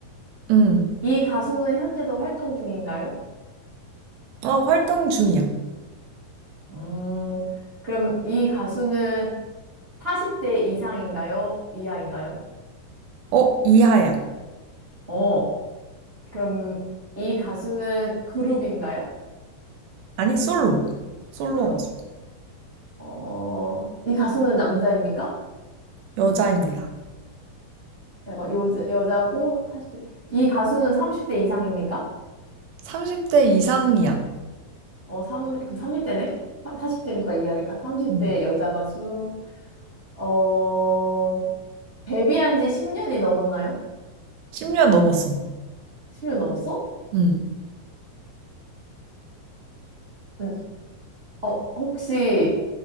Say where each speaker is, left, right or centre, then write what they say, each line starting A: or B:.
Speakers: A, on the right (about 80°); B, on the right (about 30°).
A: 음.
B: 이 가수는 현재도 활동 중인가요?
A: 어, 활동 중이야.
B: 음, 그럼 이 가수는 40대 이상인가요? 이하인가요?
A: 어, 이하야.
B: 어, 그럼 이 가수는 그룹인가요?
A: 아니, 솔로. 솔로
B: 솔로?
A: 가수.
B: 어, 이 가수는 남자입니까?
A: 여자입니다.
B: 약간 여자, 여자고 사십 대 이 가수는 30대 이상입니까?
A: 30대 이상이야.
B: 어, 삼 그럼 30대네? 40대보다 이하니까 30대
A: 음.
B: 여자 가수. 어, 데뷔한 지 십 년이 넘었나요?
A: 10년 넘었어.
B: 십 년 넘었어?
A: 음.
B: 음, 어, 혹시